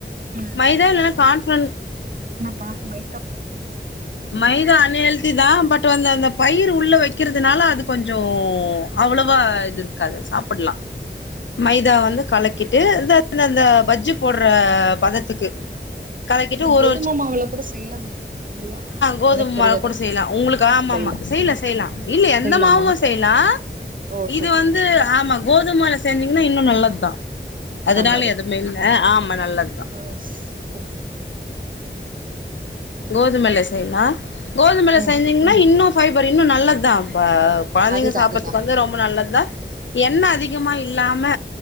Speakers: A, on the right (about 45°); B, on the left (about 80°).
A: ம்
B: மைதா இல்லைன்னா கான்பிளர்
A: பயத்தம்
B: மைதா ஹன் ஹல்தி தான் பட் வந்தூ பயிர் உள்ளே வைக்கிறதுனால அது கொஞ்சம் அவ்வளோவா இது இருக்காது சாப்பிடலாம் மைதா வந்து கலக்கிட்டு இந்த அந்த பஜ்ஜு போடுற பதத்துக்கு கலக்கிட்டு
A: இது
B: ஒரு
A: கோதுமை மாவுல கூட செய்யலாம் தானே இல்லையா
B: கோதுமை
A: எனக்கு தெரியாது
B: மாலை கூட செய்யலாம் உங்களுக்கு ஆமா
A: செய்யலா
B: செய்யல செய்யலாம் இல்ல எந்த
A: செய்யலாமா
B: மாவும் செய்யலாம்
A: ஓ
B: இது
A: சரி
B: வந்து
A: சரி
B: ஆமா கோதுமைலை செஞ்சீங்கன்னா இன்னும் நல்லது தான் அதனால
A: நல்ல ரிசல்ட்
B: எதுவுமே இல்லை ஆமா நல்லதுதான்
A: ஆ சரி சரி சரி
B: கோதுமையில்ல செய்யலாம் கோதுமையில
A: ம்
B: செஞ்சீங்கன்னா இன்னும் ஃபைபர் இன்னும் நல்லத தா குழந்தைங்க
A: அதுதா
B: சாப்படுறதுக்கு
A: அதுதா
B: வந்து ரொம்ப நல்லது என அதிகமா இல்லாம